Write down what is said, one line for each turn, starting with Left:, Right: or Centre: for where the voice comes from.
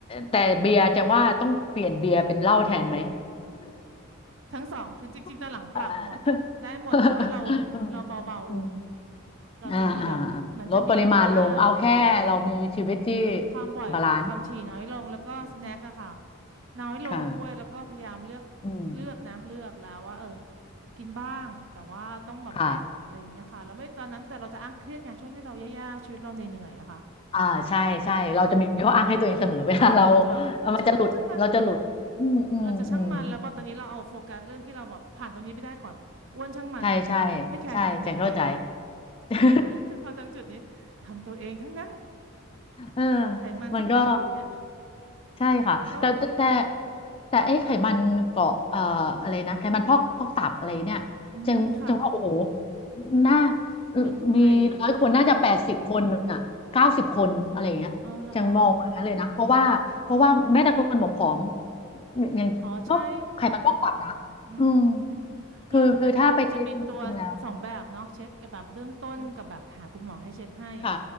Left: แต่เบียร์จังว่าต้องเปลี่ยนเบียร์เป็นเหล้าแทนไหม
Right: ทั้งสองคือจริงๆตอนหลังปรับหมดได้หมดแต่ว่าเรา
Left: <laughs> อ่า <laughs> อืม
Right: เราเบาๆลง
Left: อืม
Right: เราจะมีแบบเหมือนจะมีแบบว่า
Left: อ่าอ่าอ่าลดปริมาณลงเอาแค่เรามีชีวิตที่
Right: ความบ่อยความถี่น้อยลงแล้วก็สแน็คอะค่ะ
Left: บาลานซ์อืม
Right: น้อยลงด้วยแล้วก็พยายามเลือก
Left: ค่ะอืม
Right: เลือกนะเลือกแล้วว่าเออกินบ้างแต่ว่าต้องแบบแบ่งอะไรอย่างเงี้ยค่ะแล้วไม่ตอนนั้นแต่เราจะอ้างเครียดไงช่วงที่เราแย่ๆชีวิตเราเหนื่อยๆอะค่ะ
Left: ค่ะอ่าใช่ใช่เราจะมีข้ออ้างให้ตัวเองเสมอ <laughs>
Right: ใช่ค่ะเราจะแบบช่างมันช่างมัน
Left: เวลาเราเออมันจะหลุดเราจะหลุดอืมอืมอืม
Right: เราจะช่างมันแล้วแบบตอนนี้เราเอาโฟกัสเรื่องที่เราแบบผ่านตรงนี้ไปได้ก่อนอ้วนช่างมันแต่
Left: ใช่ใช่
Right: ไม่แคร์แต่จริงๆแคร์
Left: ใช่จังเข้าใจ <laughs>
Right: แต่พอตรงจุดนี้ทำตัวเองทั้งนั้น
Left: เออ
Right: ไขมันที่เกาะอยู่เนี่ย
Left: มันก็ ใช่ค่ะแต่แต่แต่
Right: เอาเข้ามาเอง
Left: แต่ไอ้ไขมันเกาะเอ่ออะไรนะไขมันพอกพอกตับอะไรเนี่ยจังจังว่าโอ้โห
Right: อืมค่ะ
Left: น่า
Right: เป็นภัยเป็นภัย
Left: มีร้อยคนน่าจะแปดสิบคนอ่ะเก้าสิบคนอะไรอย่างเงี้ยจังมองมาเลยนะเพราะว่าเพราะว่าแม้แต่คนผอม
Right: อ๋อเหรอคะ
Left: ๆยังก็ไขมันพอกตับนะ
Right: อ๋อใช่อืมอืมเราก็จะมีมันจะมีตัวสองแบบเนาะเช็คแบบเบื้องต้นกับแบบหาคุณหมอให้เช็คให้อ่ะ
Left: อืมคือคือถ้าไปเช็คจริงๆแล้วอืมค่ะ